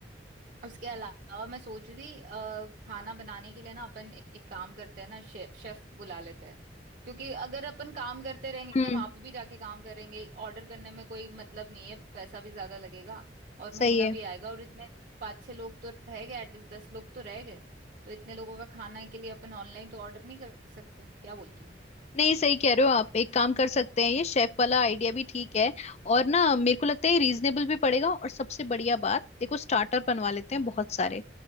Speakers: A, on the right (about 45°); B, on the left (about 35°).
A: उसके अलावा मैं सोच रही थी अ, खाना बनाने के लिए ना अपन एक काम करते हैं ना शेफ शेफ बुला लेते हैं क्योंकि अगर अपन काम करते रहेंगे
B: हम्म
A: वहां पे भी जाके काम करेंगे ऑर्डर करने में कोई मतलब नहीं है पैसा भी ज्यादा लगेगा और महंगा
B: सही है
A: भी आएगा और इतने पाँच छह लोग तो रह गए एटलीस्ट दस लोग तो रह गए तो इतने लोगों का खाना के लिए अपन ऑनलाइन तो ऑर्डर नहीं कर सकते क्या बोलती हो
B: नहीं सही कह रहे हो आप एक काम कर सकते हैं ये शेफ वाला आइडिया भी ठीक है और ना मेरे को लगता है रीजनेबल भी पड़ेगा और सबसे बढ़िया बात देखो स्टार्टर बनवा लेते हैं बहुत सारे